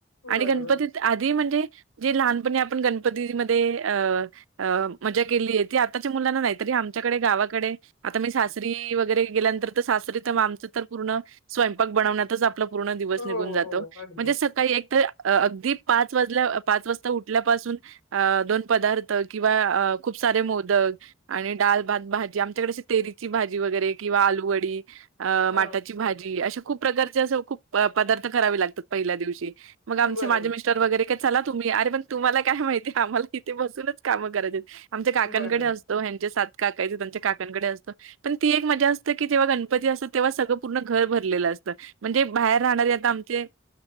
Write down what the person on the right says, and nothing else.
आणि
गणपती आधी म्हणजे, जे लहानपणी आपण गणपतीमध्ये, अ अ, मजा केली आहेती, आताच्या मुलांना नाही, तरी आमच्याकडे गावाकडे आता, मी सासरी वगैरे गेल्यानंतर, तर सासरी तर आमचं तर, पूर्ण स्वयंपाक बनवण्यातचं, आपला पूर्ण दिवस
निघून जातो,
म्हणजे सकाळी एक तर अ -अगदी पाच वाजल्या, पाच वाजता उठल्यापासून अ- दोन पदार्थ किंवा, अ खूप सारे मोदक, आणि, डाल, भात, भाजी, आमच्याकडे अशी तेरीची भाजी, वगैरे किंवा आलूवडी अ-
माटाची भाजी, अशाखूप प्रकारचे, असं खूप प- पदार्थ करावे लागतात. पहिल्या दिवशी. मग आमचे,
माझे मिश तर, वगैरे काय चला तुम्ही, अरे पण तुम्हाला काय माहिती, आम्हाला इथे बसूनच कामं कराचीआहेत. आमच्या काकांकडे,
असत हेंनचे, सात काका त्यांच्या काकांकडे, असतो पण ती एक मजा असते, की जेव्हा गणपती असतो तेव्हा सगळ. पूर्ण घर भरलेलं असतं, म्हणजे बाहेर राहणारे आता आमचे